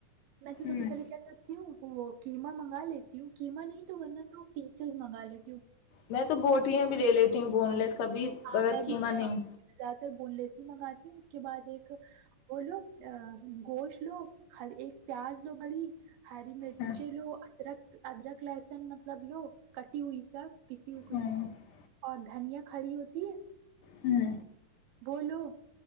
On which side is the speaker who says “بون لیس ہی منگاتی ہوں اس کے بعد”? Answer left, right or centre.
Right